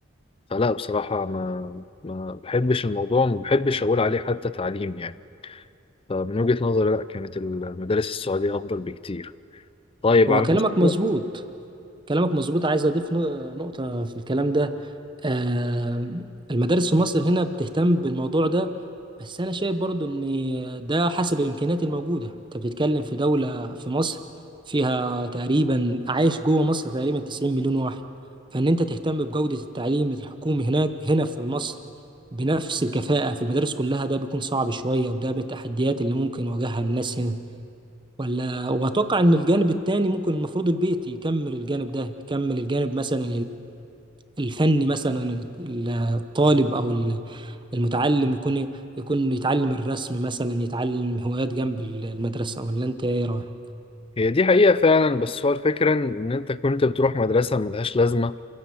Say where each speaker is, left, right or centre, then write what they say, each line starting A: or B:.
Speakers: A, on the left; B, on the right.
A: فلا بصراحة ما ما بحبش الموضوع ما بحبش اقول عليه حتى تعليم يعني فمن وجهة نظري لا كانت المدارس السعودية افضل بكتير طيب
B: هو
A: على
B: كلامك
A: مستوى
B: مظبوط كلامك مظبوط عايز أضيف نق- نقطة في الكلام ده آه، المدارس في مصر هنا بتهتم بالموضوع ده بس انا شايف برضو ان ده حسب الامكانيات الموجوده انت بتتكلم في دوله في مصر فيها تقريبا عايش جوه مصر تقريبا 90 مليون واحد فان انت تهتم بجوده التعليم الحكومي هناك هنا في مصر بنفس الكفاءه في المدارس كلها ده بيكون صعب شويه وده من التحديات اللي ممكن يواجهها الناس هنا ولا واتوقع ان الجانب التاني ممكن المفروض البيت يكمل الجانب ده يكمل الجانب مثلا الفن مثلا الطالب او المتعلم يكون يكون يتعلم الرسم مثلا يتعلم هوايات جنب المدرسه ولا انت ايه رايك
A: هي دي حقيقة فعلا بس هو الفكرة ان انت كنت بتروح مدرسة ملهاش لازمة